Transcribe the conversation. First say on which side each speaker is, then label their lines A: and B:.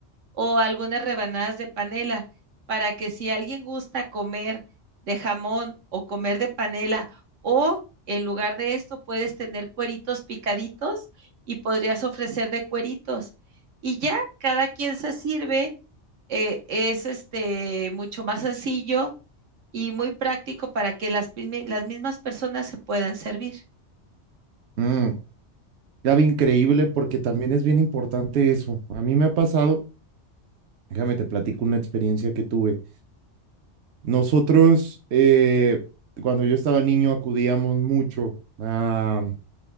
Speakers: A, on the right (about 80°); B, on the right (about 65°).
A: o algunas rebanadas de panela, para que si alguien gusta comer de jamón o comer de panela, o en lugar de esto puedes tener cueritos picaditos y podrías ofrecer de cueritos. Y ya cada quien se sirve, eh, es este mucho más sencillo y muy práctico para que las, primi- las mismas personas se puedan servir.
B: Mm, Gaby, increíble porque también es bien importante eso. A mí me ha pasado, déjame te platico una experiencia que tuve. Nosotros, eh, cuando yo estaba niño, acudíamos mucho a